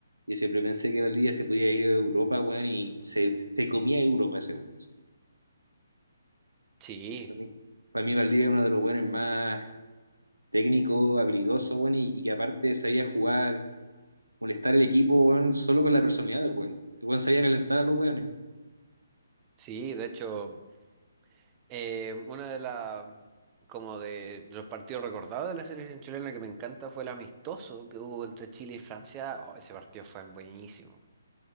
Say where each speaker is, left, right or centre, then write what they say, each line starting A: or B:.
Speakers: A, on the right; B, on the right.
A: Yo siempre pensé que Valdía se podía ir a Europa, weón, y se, se comía Europa ese weón.
B: Sí.
A: Para mí, para mí Valdivia es uno de los buenos más técnico, habilidoso, bueno, y, y que aparte sabía jugar, molestar el equipo, bueno, solo con la personalidad del weón. El weón sabía calentar a los weones.
B: Sí, de hecho, eh, una de las, como de los partidos recordados de la selección chilena que me encanta fue el amistoso que hubo entre Chile y Francia. Oh, ese partido fue buenísimo.